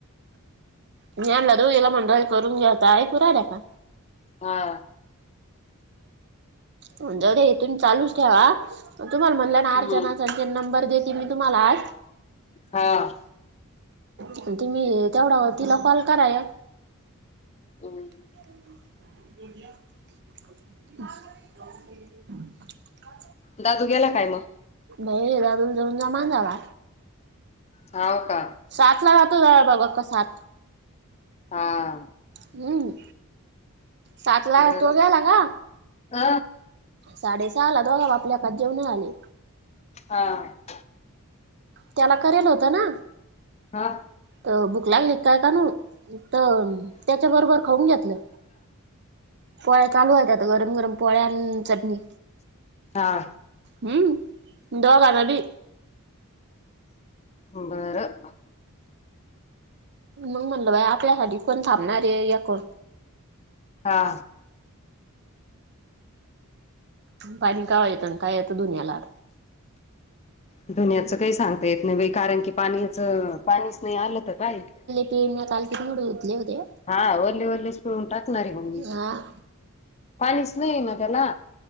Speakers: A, on the right; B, on the left.
A: मी आणला तूला म्हण करून घात पुरायला का?
B: हा.
A: हो जा रे इेतून चालूच ठ्या ह. तुम्हाला म्हटलं ना
B: हम्म
A: अर्चनाचा अन् तेन नंबर देते मी तुम्हाला आज.
B: हां.
A: तुम्ही तेवढा तिला कॉल करा या.
B: हम्म
A: <inaudible>
B: दादू गेला काय म?
A: बाई दादुल जाऊन जामान जाला.
B: हाव का?
A: सात ला जातो जा बघा का सात.
B: हां.
A: हम्म सात ला
B: बर
A: तो ग्याला का
B: अ.
A: साडे सहाला दोघा बापलेकात जेवण आले.
B: हा.
A: त्याला करेल होतं ना.
B: हा.
A: त बुक ला ल काय का न त त्याच्या बरोबर खाऊन घेतलं. पोळ्या चालू आहेत आता गरम गरम पोळ्या अन् चटणी.
B: हा.
A: हम्म दघनाबी.
B: बरं.
A: मंग म्हणलं बाई आपल्यासाठी कोण थांबणारे याकून.
B: हा.
A: पाणी कवा येतं ना काय येतं दुनियाला.
B: दुनियाच काही सांगता येत नाही बाई कारण की पाणीचं पाणीच नाही आलं तर काही.
A: तेम काल किती मुठडे दुधले होते.
B: हा ओरले ओरलेच पिळून टाकणारे मंग मी
A: हा
B: पाणीच नाहीये ना त्याला.